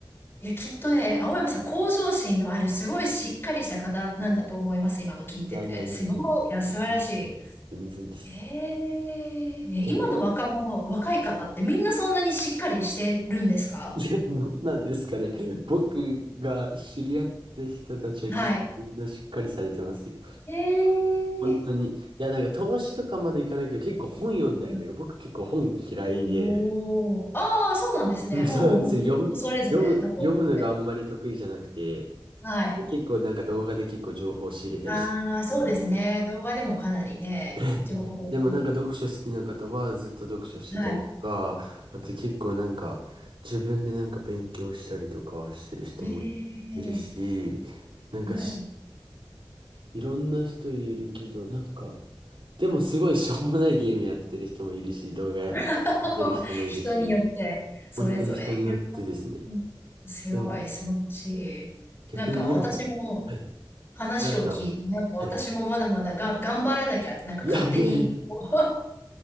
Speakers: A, on the left; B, on the right.
A: いや、きっとね、青山さん、向上心のある、すごいしっかりした方なんだと思います。今の聞いてて。
B: いやいやいやいや、
A: すごい、いや、素晴らしい。
B: 全然です。全然です。
A: ええ、いや今の若者、
B: 逆に、
A: 若い方ってみんなそんなにしっかりしてるんですか
B: いや、もうなんですかね。僕が知り合った人たちは結構みんなしっかりされてますよ。
A: はい。へ
B: 本当に。
A: え。
B: いや、なんか投資とかまでいかないけど、結構本読んだりとか、
A: お
B: 僕結構本嫌いで、
A: おああ、
B: <laughs>
A: そうなんですね。
B: うんそうなんですよ。
A: もう、もう全然人それぞれだと思って。
B: 読む、読む、読むのがあんまり得意じゃなくて、
A: はい。
B: 結構なんか動画で結構情報を仕入れたりするんです
A: ああ、そうですね。動画でもかなりね、
B: けど。<laughs>
A: 情報。
B: でもなんか読書好きな方はずっと読書してたりとか、
A: はい。
B: あと結構なんか自分でなんか勉強したりとかしてる人もい
A: ええ
B: るし、なんか
A: はい。
B: いろんな人いるけど、なんか、でもすごいしょうもないゲームやってる人もいるし、動画見てる人もいるし、
A: <laughs> 人によって、それぞれ。
B: 本当に人によってですね。
A: いやうんすごい、
B: でも、
A: 素晴らしい。
B: 逆に何か、
A: なんか私も
B: はい、
A: 話を聞いて、
B: あやさん、
A: なんか私もまだまだが頑張らなきゃって、
B: はい。
A: なんか勝手に、
B: いやいやいや、
A: <laughs>